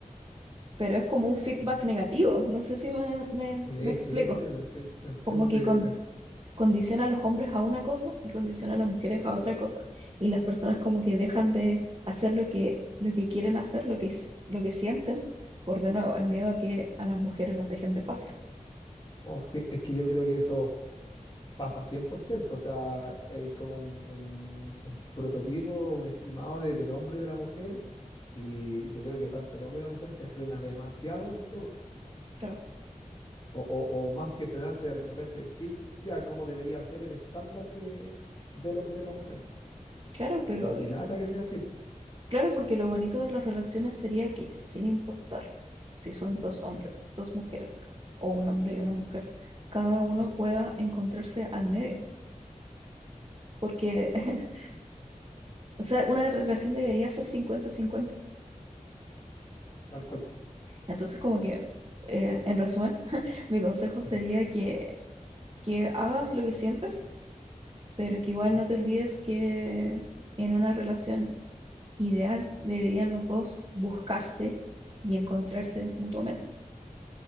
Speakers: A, on the right (about 35°); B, on the left (about 35°).
A: Pero es como un feedback
B: Mm.
A: negativo. No sé si me, me
B: Sí,
A: me explico.
B: sí, ¿no? Yo te entiendo, te entiendo,
A: como que
B: te-
A: con-
B: te-
A: condiciona a los hombres a una cosa y condiciona a las mujeres a otra cosa. Y las personas como que dejan de hacer lo que, lo que quieren hacer, lo que, s- lo que sienten, por de nuevo, el miedo a que a las mujeres las dejen de fácil.
B: Oh, es que, es que yo creo que eso. pasa cien por ciento o sea, hay como un, un- un prototipo, un estimado de- del hombre y de la mujer, y yo creo que tanto el hombre y la mujer se frena demasiado en todo,
A: Claro,
B: o, o- o más que frenarse de repente, sí, ya como debería ser el estándar de, del hombre y de la mujer, po.
A: claro, pero
B: Pero que lata que sea así, po.
A: claro, porque lo bonito de las relaciones sería que sin importar si son dos hombres, dos mujeres, o un hombre y una mujer, cada uno
B: Exacto.
A: pueda encontrarse al medio.
B: Mm,
A: Porque, <laughs> o sea, una relación debería ser cincuenta cincuenta
B: Tal cual.
A: Entonces, como que, eh, en resumen, <laughs> mi consejo sería
B: mm,
A: que, que hagas lo que sientes, pero que igual
B: mm,
A: no te olvides que en una relación ideal deberían los dos buscarse y encontrarse mutuamente.